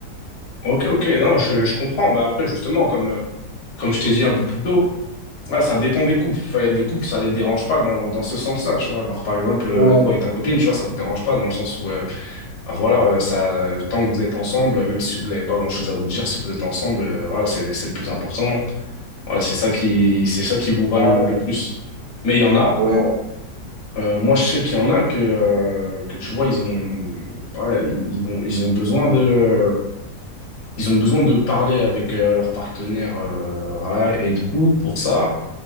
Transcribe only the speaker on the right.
Ouais,
ouais,
ouais,